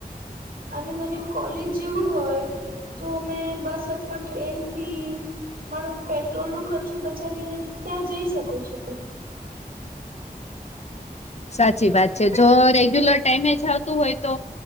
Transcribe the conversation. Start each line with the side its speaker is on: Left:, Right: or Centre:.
Right: અને મને કોલેજ જેવું હોય. તો મેં બસ અથવા ટ્રેન થી મારો પેટ્રોલ નું ખર્ચો બધ જવીને ત્યાં જઈ શકું છુ.
Left: સાચી વાત છે જો રેગ્યુલર ટાઈમે જ આવતું હોય તો